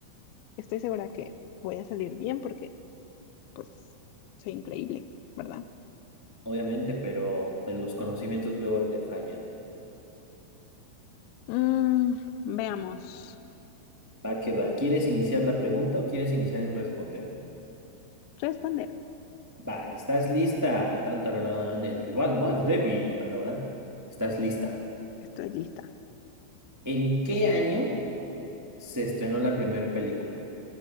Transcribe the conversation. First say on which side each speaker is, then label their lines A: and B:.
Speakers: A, on the left; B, on the right.
A: estoy segura que voy a salir bien porque pues soy increíble, ¿verdad?
B: obviamente, pero pues, los conocimientos luego te fallan.
A: Mm, veamos.
B: Va que va. ¿Quieres iniciar la pregunta o quieres iniciar en responder?
A: Responder.
B: Va, ¿estás lista? Tan, tararán, el rival más débil. Ah, no, ¿verdad? ¿Estás lista?
A: Estoy lista.
B: ¿En qué año? se estrenó la primera película.